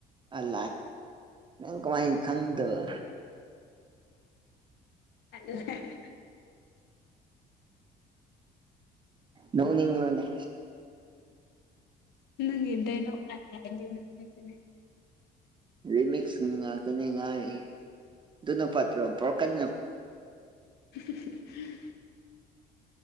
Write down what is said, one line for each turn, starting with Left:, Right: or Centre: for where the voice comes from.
Right: ꯑꯜ ꯅꯪ ꯀꯃꯥꯏ ꯈꯪꯗꯕ
Left: ꯑꯂ <unintelligible>
Right: ꯅꯧꯅꯤꯂꯣꯅꯦ
Left: ꯪꯅꯪꯒꯤꯗꯩ ꯂꯧ ꯂꯥꯛꯑ ꯍꯥꯏꯗꫭꯏꯅꯦꯕ ꯑꯗꯨꯒꯤꯅꯦ
Right: ꯔꯤꯃꯤꯛꯁ ꯉꯇꯅꯤ ꯉꯥꯏ ꯑꯗꯨꯅ ꯐꯠꯇ꯭ꯔꯣ ꯕ꯭ꯔꯣꯀꯟ
Left: ꯁꯤꯁꯤ <unintelligible>